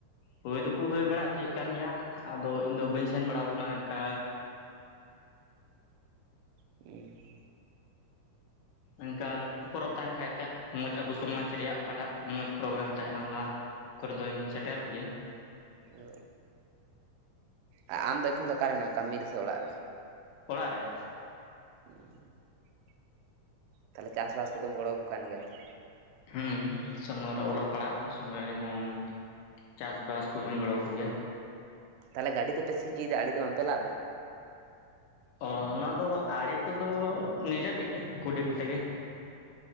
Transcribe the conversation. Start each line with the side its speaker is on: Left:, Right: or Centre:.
Left: ᱦᱩᱭ ᱫᱚᱠᱚ ᱦᱩᱭ ᱵᱟᱲᱟ ᱦᱚᱪᱚᱮᱫ ᱠᱟᱱ ᱜᱮᱭᱟ, ᱟᱫᱚ ᱤᱧᱫᱚ ᱵᱟᱹᱧ ᱥᱮᱱ ᱵᱟᱲᱟᱣ ᱟᱠᱟᱱᱟ ᱚᱱᱠᱟ
Right: ᱦᱩᱸ ᱾
Left: ᱚᱱᱠᱟ ᱞᱟᱹᱴᱩ ᱯᱚᱨᱚᱵᱽ ᱛᱟᱦᱮᱱ ᱠᱷᱟᱡ ᱴᱟᱜ ᱢᱚᱡᱽ ᱟᱵᱚ ᱥᱚᱢᱟᱡᱽ ᱨᱮᱭᱟᱜ ᱚᱠᱟᱴᱟᱜ ᱢᱚᱡᱽ ᱯᱨᱳᱜᱨᱟᱢ ᱛᱟᱦᱮᱱᱟ ᱚᱱᱟ ᱠᱚᱨᱮ ᱫᱚᱧ ᱥᱮᱴᱮᱨᱚᱜ ᱜᱮᱭᱟᱧ ᱾
Right: ᱚ ᱟᱨ ᱟᱢ ᱫᱚ ᱮᱠᱷᱚᱱ ᱫᱚ ᱚᱠᱟᱨᱮ ᱢᱮᱱᱟᱢᱟ ᱠᱟᱹᱢᱤ ᱨᱮᱥᱮ ᱚᱲᱟᱜ ᱨᱮ?
Left: ᱚᱲᱟᱜ ᱨᱮ ᱾
Right: <inaudible> ᱛᱟᱦᱚᱞᱮ ᱪᱟᱥᱵᱟᱥ ᱠᱚᱫᱚᱢ ᱜᱚᱲᱚᱣᱟᱠᱚ ᱠᱟᱱ ᱜᱮᱭᱟ ᱛᱚ?
Left: ᱦᱢ ᱥᱚᱢᱚᱭ ᱨᱮ ᱚᱞᱚᱜ ᱯᱟᱲᱦᱟᱜᱼᱟ ᱥᱚᱢᱚᱭ ᱨᱮᱦᱚᱸ ᱪᱟᱥᱵᱟᱥ ᱠᱚᱦᱚᱧ ᱜᱚᱲᱚ ᱟᱠᱚ ᱜᱮᱭᱟ ᱾
Right: ᱛᱟᱦᱚᱞᱮ ᱜᱟᱹᱰᱤ ᱛᱮ ᱯᱮ ᱥᱤ ᱚᱪᱚᱭᱮᱫᱟ ᱟᱲᱮ ᱫᱚ ᱵᱟᱯᱮ ᱞᱟᱜ ᱫᱟ?
Left: ᱚ ᱚᱱᱟᱫᱚ ᱟᱲᱮ ᱠᱚᱫᱚ ᱱᱤᱡᱮ ᱛᱮᱜᱮ ᱠᱩᱰᱤ ᱠᱚᱛᱮ ᱜᱮ ᱾